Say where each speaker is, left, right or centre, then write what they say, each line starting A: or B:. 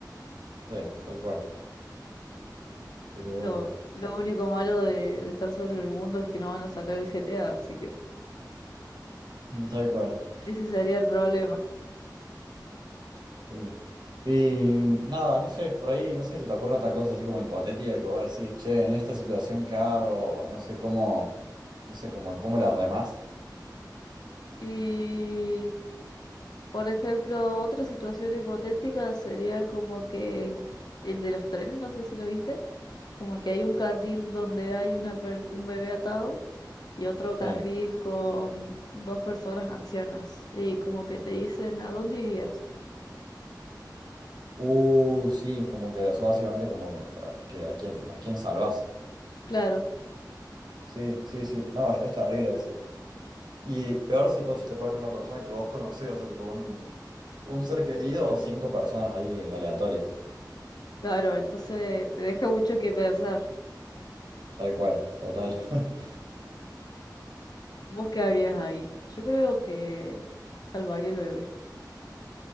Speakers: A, on the right (about 80°); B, on the left (about 65°).
A: Sí, tal cual. Pero bueno,
B: Lo, lo único malo de, de estar solo en el mundo es que no van a sacar el GTA, así que
A: mm, tal cual.
B: ese sería el problema.
A: Sí. Y nada, no sé, por ahí, no sé si te ocurre otra cosa así como hipotética que vos decís, che, en esta situación que hago, no sé cómo, no sé cómo, cómo la remás.
B: Y Por ejemplo, otra situación hipotética sería como que el de los trenes, no sé si lo viste, como que hay un carril donde hay una pers- un bebé atado y otro
A: Sí.
B: carril con dos personas ancianas y como que te dicen, ¿a dónde irías?
A: Uh, sí, como que, o sea, básicamente como que, que a quién, a quién salvás.
B: Claro,
A: Sí, sí, sí. No, es, es terrible ese. Y peor si pues si te ponen una persona que vos conocés, o sea, tipo un, un ser querido o cinco personas ahí aleatorias.
B: claro, entonces te deja mucho que pensar.
A: Tal cual, total. <laughs>
B: ¿Vos qué harías ahí? Yo creo que salvaría al bebé.